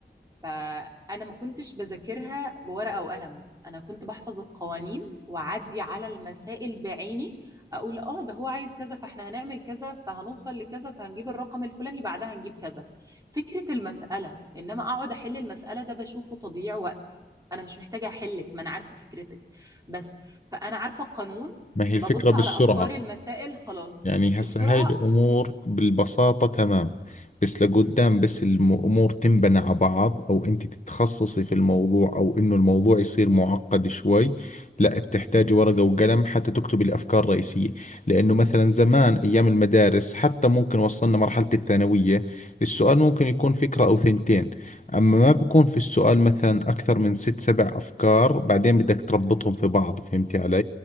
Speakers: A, on the right; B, on the left.
A: فانا ما كنتش بذاكرها بورقه وقلم انا كنت بحفظ القوانين واعدي على المسائل بعيني اقول اه ده هو عايز كذا فاحنا هنعمل كذا فهنوصل لكذا فهنجيب الرقم الفلاني بعدها هنجيب كذا فكره المساله انما اقعد احل المساله ده بشوفه تضييع وقت انا مش محتاجه احلك ما انا عارفه فكرتك بس فانا عارفه القانون
B: ما هي الفكره
A: ببص
B: بالسرعه
A: على افكاري المسائل خلاص
B: يعني هسه
A: السرعه
B: هاي الأمور بالبساطة تمام بس لقدام بس الأمور تنبنى على بعض أو أنت تتخصصي في الموضوع أو إنه الموضوع يصير معقد شوي لا بتحتاجي ورقة وقلم حتى تكتبي الأفكار الرئيسية لأنه مثلا زمان أيام المدارس حتى ممكن وصلنا مرحلة الثانوية السؤال ممكن يكون فكرة أو ثنتين أما ما بيكون في السؤال مثلا أكثر من ست سبع أفكار بعدين بدك تربطهم في بعض فهمتي علي؟